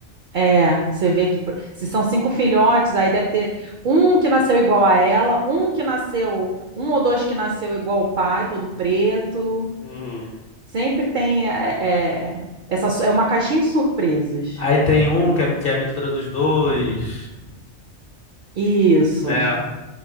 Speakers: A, on the right; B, on the left.
A: é, você vê que por- se são cinco filhotes, aí deve ter um que nasceu igual a ela, um que nasceu, um ou dois que nasceu igual o pai, todo preto.
B: Uhum.
A: Sempre tem é, é, essa su- é uma caixinha de surpresas.
B: Aí tem um que é, que é a mistura dos dois,
A: Isso.
B: né?